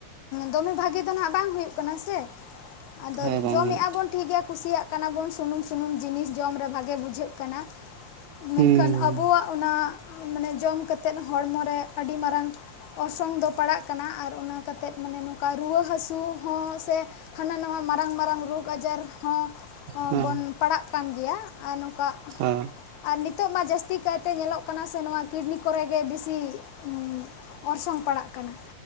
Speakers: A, on the left; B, on the right.
A: ᱫᱚᱢᱮ ᱵᱷᱟᱜᱤ ᱫᱚ ᱱᱟᱦᱟᱜ ᱵᱟᱝ ᱦᱩᱭᱩᱜ ᱠᱟᱱᱟ ᱥᱮ ᱟᱫᱚ
B: ᱦᱮᱸ ᱵᱟᱝ
A: ᱡᱚᱢᱮᱜᱼᱟ
B: ᱦᱩᱭᱩᱜ
A: ᱵᱚᱱ ᱴᱷᱤᱠ ᱜᱮᱭᱟ ᱠᱩᱥᱤᱭᱟᱜ ᱠᱟᱱᱟ ᱵᱚᱱ ᱥᱩᱱᱩᱢᱼᱥᱩᱱᱩᱢ ᱡᱤᱱᱤᱥ ᱡᱚᱢ ᱨᱮ ᱵᱷᱟᱜᱮ ᱵᱩᱡᱷᱟᱹᱜ ᱠᱟᱱᱟ᱾
B: ᱦᱩᱸ
A: ᱢᱮᱱᱠᱷᱟᱱ ᱟᱵᱚᱣᱟᱜ ᱚᱱᱟ ᱢᱟᱱᱮ ᱡᱚᱢ ᱠᱟᱛᱮᱫ ᱦᱚᱲᱢᱚᱨᱮ ᱟᱹᱰᱤ ᱢᱟᱨᱟᱝ ᱚᱨᱥᱚᱝ ᱫᱚ ᱯᱟᱲᱟᱜ ᱠᱟᱱᱟ ᱟᱨ ᱚᱱᱟᱛᱮᱫ ᱢᱟᱱᱮ ᱱᱚᱝᱠᱟ ᱨᱩᱣᱟᱹ ᱦᱟᱹᱥᱩ ᱦᱚᱸ ᱥᱮ ᱦᱟᱱᱟ ᱱᱟᱣᱟ ᱢᱟᱨᱟᱝᱼᱢᱟᱨᱟᱝ ᱨᱳᱜᱽ ᱟᱡᱟᱨ ᱦᱚᱸ
B: ᱦᱮᱸ
A: ᱵᱚᱱ ᱯᱟᱲᱟᱜ ᱠᱟᱱ ᱜᱮᱭᱟ ᱟᱨ ᱱᱚᱝᱠᱟ
B: ᱦᱮᱸ
A: ᱟᱨ ᱱᱤᱛᱚᱜ ᱢᱟ ᱡᱟᱹᱥᱛᱤ ᱠᱟᱭᱛᱮ ᱧᱮᱞᱚᱜ ᱠᱟᱱᱟ ᱥᱮ ᱱᱚᱣᱟ ᱠᱤᱰᱱᱤ ᱠᱚᱨᱮᱜᱮ ᱵᱤᱥᱤ ᱩᱸ ᱚᱨᱥᱚᱝ ᱯᱟᱲᱟᱜ ᱠᱟᱱᱟ᱾